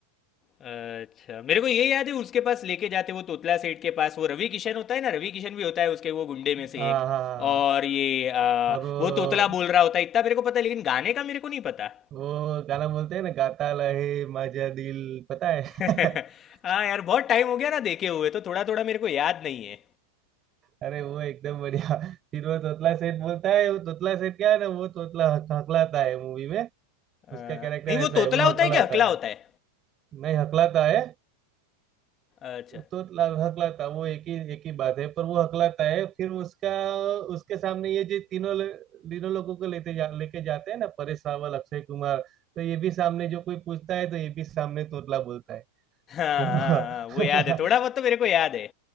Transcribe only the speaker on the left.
अच्छा मेरे को ये याद है उसके पास लेके जाते वो तोतला सेठ के पास वो रवि किशन होता है ना रवि किशन भी होता है उसके वो गुंडे में से
एक
और ये आ,
वो तोतला बोल रहा होता है इतना मेरे को पता है लेकिन गाने का मेरे को नहीं पता
<laughs> हाँ
यार बहुत टाइम हो गया ना देखे हुए तो थोड़ा थोड़ा मेरे को याद नहीं है
आ,
नहीं
वो
तोतला
होता
है क्या हकला
होता है
अच्छा
हाँ
हाँ हाँ, वो याद है थोड़ा
बहुत तो मेरे को याद है